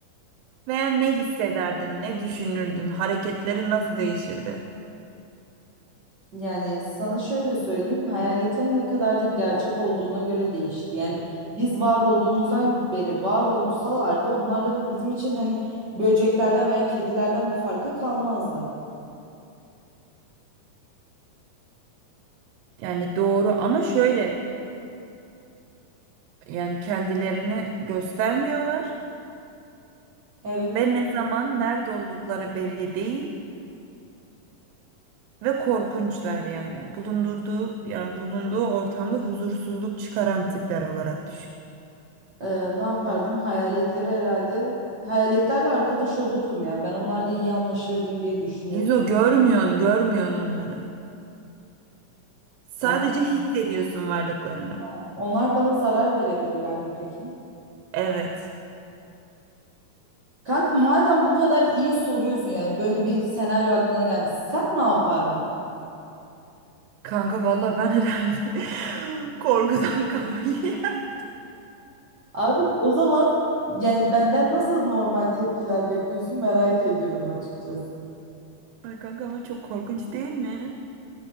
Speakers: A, on the right (about 85°); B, on the right (about 55°).
A: Veya ne hissederdin, ne düşünürdün, hareketlerin nasıl değişirdi?
B: Yani sana şöyle söyleyeyim, hayaletlerin ne kadar da gerçek olduğuna göre değişir. Yani biz var olduğumuzdan beri var olsalar da onların bizim için hani böceklerden veya kedilerden bir farkı kalmazdı.
A: Yani doğru ama şöyle Yani kendilerini göstermiyorlar
B: Evet.
A: ve ne zaman nerede oldukları belli değil ve korkunçlar yani. Bulundurduğu yani bulunduğu ortamda huzursuzluk çıkaran tipler olarak düşün.
B: Ee, ne yapardım? Hayaletlere herhalde hayaletlerle arkadaş olurdum ya. Ben onlarla iyi anlaşırdım diye düşünüyorum.
A: İzo görmüyorsun, görmüyorsun onları. Sadece
B: Tamam
A: hissediyorsun varlıklarını.
B: ama onlar bana zarar verebilirler mi peki?
A: Evet.
B: Kanka madem bu kadar iyi soruyorsun yani böyle bir senaryo aklına gelmiş. Sen ne yapardın?
A: Kanka valla ben herhalde <laughs> korkudan kafayı yerdim.
B: Abi o zaman yani benden nasıl normal tepkiler bekliyorsun merak ediyorum açıkçası.
A: Ay kanka ama çok korkunç değil mi?